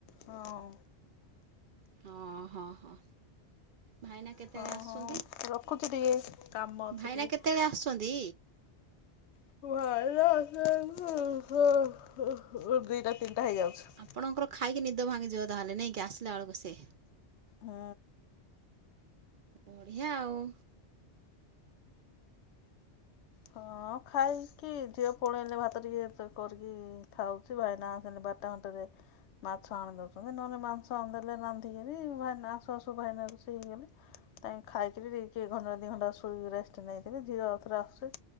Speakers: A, on the left; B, on the right.
A: ହଁ
B: ହଁ ହଁ ହ ଭାଇନା କେତେବେଳେ
A: ହଁ
B: ଆସୁଛନ୍ତି
A: ହଁ ରଖୁଛି ଟିକେ କାମ ଅଛି
B: ଭାଇନା
A: ଟିକେ
B: କେତେବେଳେ ଆସୁଛନ୍ତି
A: <inaudible> ଦିଟା ତିନିଟା ହେଇଯାଉଛି
B: ଆପଣଙ୍କର ଖାଇକି ନିଦ ଭାଙ୍ଗିଯିବ ତା ହେଲେ ନାଇକି ଆସିଲା ବେଳକୁ ସେ।
A: ହୁଁ
B: ବଢିଆ ଆଉ।
A: ହଁ ଖାଇକି ଝିଅ ପଳେଇଲେ ଭାତ ଟିକେ କରିକି ଖାଉଛି। ଭାଇନା ଆସନ୍ତି ବାରଟା ଗୋଟେରେ। ମାଛ ଆଣି ଦଉଛନ୍ତି ନହେଲେ ମାଂସ ଆଣି ଦେଲେ ରାନ୍ଧିକରି ଭାଇନା ଆସୁ ଆସୁ ଭାଇନା ରୋଷେଇ ହେଇଗଲେ। କାଇଁ ଖାଇକିରିି ଘଣ୍ଟା ଦି ଘଣ୍ଟା ଶୋଇ ରେଷ୍ଟ ନେଇଥିଲି ଝିଅ ଆଉଥରେ ଆସୁଛି